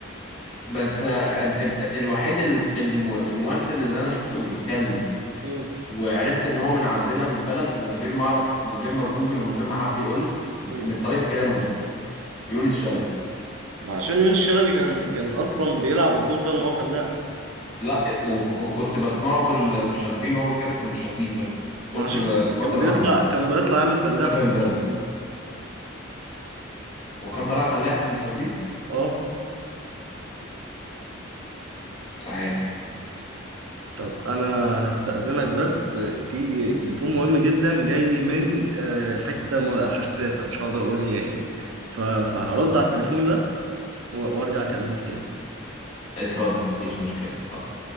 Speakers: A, on the left; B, on the right.
A: بس آه أن- أنت الوحيد الم- الم- الممثل اللي أنا شفته بيتكلم
B: مم.
A: وعرفت إن هو من عندنا من البلد من غير ما أعرف من غير ما جوجل ومن غير ما حد يقول لي من,
B: مم.
A: من طريقة كلامه بس يونس شلبي
B: ما عشان يونس شلبي كان كان اصلا بيلعب الدور ده ان هو فلاح
A: لا وك- وكنت بسمعه في المشاغبين وهو بيتكلم في المشاغبين بس قلت
B: ما عشان
A: ال- الواد
B: كان
A: ده
B: بيطلع
A: من عندنا
B: كان بيطلع يعمل فلاح
A: الواد ده
B: في
A: من
B: المشاهدين
A: بلدنا وكان طالع فلاح في المشاغبين
B: اه
A: مش عارف
B: طب انا هستأذنك بس في تليفون مهم جدا جاي لي من آه، حته م- حساسه مش هقدر اقول هي ايه ف- فهرد على التليفون ده و- وارجع اكلمك تاني
A: اتفضل مفيش مشكلة اتفضل